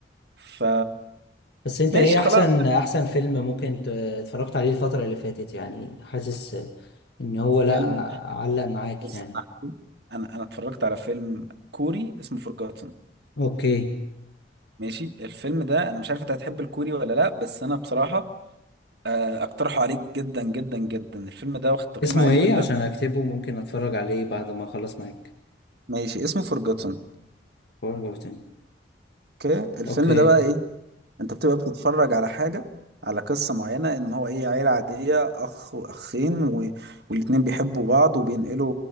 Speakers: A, on the right (about 60°); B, on the left (about 60°).
A: ف
B: بس انت
A: ماشي
B: ايه احسن
A: خلاص
B: احسن فيلم ممكن ت- اتفرجت عليه الفترة اللي فاتت يعني حاسس ان هو
A: فيلم
B: لا علق معاك
A: بص،
B: يعني
A: انا انا اتفرجت على فيلم كوري اسمه فورجاتن
B: اوكي
A: ماشي الفيلم ده انا مش عارف انت هتحب الكوري ولا لا بس انا بصراحه آه، اقترحه عليك جدا جدا جدا الفيلم ده واخد تقييم
B: اسمه
A: عالي
B: ايه
A: جدا
B: عشان اكتبه ممكن اتفرج عليه بعد ما اخلص معاك
A: ماشي اسمه فورجاتن
B: وارجع تاني
A: اوكي الفيلم
B: اوكي
A: ده بقى ايه انت بتبقى بتتفرج على حاجة على قصة معينة ان هو ايه عيلة عادية اخ واخين و... والاتنين بيحبوا بعض وبينقلوا